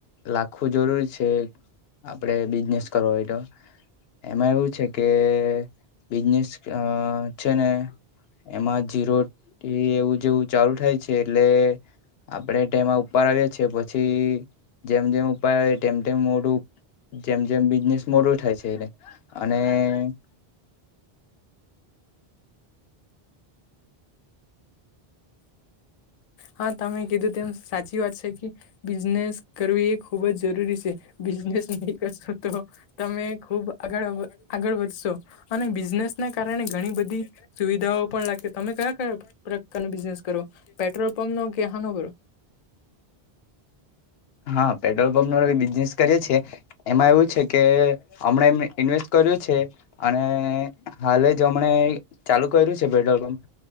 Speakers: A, on the left; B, on the left.
A: લાખવું જરૂરી છે. આપડે બિઝનેસ કરવો હોય તો. એમાં એવું છે, કે બિઝનેસ અ છે ને એમાં જીરો એવું જેવું ચાલુ થાય છે, એટલે આપડે તેમાં ઉપર આવ્યા છે, પછી જેમ જેમ ઉપર આવે તેમ તેમ મોટું જેમ જેમ બિઝનેસ મોટો થાય છે, એટલે અને <inaudible> <inaudible>
B: હા તમે કીધું તેમ સાચી વાત છે, કે બિઝનેસ કરવી એ ખુબ જ જરૂરી છે બિઝનેસ નહી કરશો તો તમે ખુબ આગળ આગળ વધશો અને બિઝનેસ ના કારણે ઘણી બધી સુવિધાઓ પણ લાગશે તમે કયા કયા પ્રકાર ન બિઝનેસ કરો? પેટ્રોલ પંપ નો કે હાનો બીઞ
A: હા પેટ્રોલ પંપો બીજ નેસ કરી છીએ એમાં એવું છે, કે હમણા એ ઇન્વેસ્ટ કર્યું છે. અને હાલે જ હમણે ચાલુ કર્યું છે, પેટ્રોલ પંપ